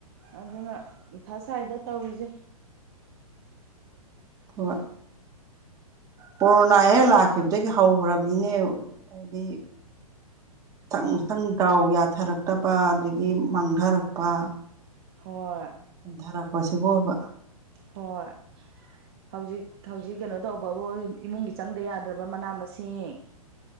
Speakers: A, on the right (about 40°); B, on the right (about 20°).
A: ꯑꯗꯨꯅ ꯊ ꯁ꯭ꯋꯥꯏꯗ ꯇꯧꯔꯤꯁꯦ
B: ꯍꯣꯏ ꯀꯣꯔꯣꯅꯥ ꯍꯦꯛ ꯂꯥꯛꯈꯤꯕꯗꯒꯤ ꯍꯧꯈ꯭ꯔꯕꯅꯤꯅꯦ ꯍꯥꯏꯗꯤ ꯃꯊꯪ ꯃꯊꯪ ꯗꯥꯎ ꯌꯥꯊꯔꯛꯇꯕ ꯑꯗꯒꯤ ꯃꯥꯡꯊꯔꯛꯄ
A: ꯍꯣꯏ
B: ꯍꯟꯊꯔꯛꯄꯁꯤꯕꯨ ꯑꯣꯏꯕ
A: ꯍꯣꯏ ꯍꯧꯖꯤꯛ ꯍꯧꯖꯤꯛ ꯀꯩꯅꯣ ꯇꯧꯕꯕꯨ ꯏꯃꯨꯡꯒꯤ ꯆꯪꯗ ꯌꯥꯗ꯭ꯔꯕ ꯃꯅꯥ ꯃꯁꯤꯡ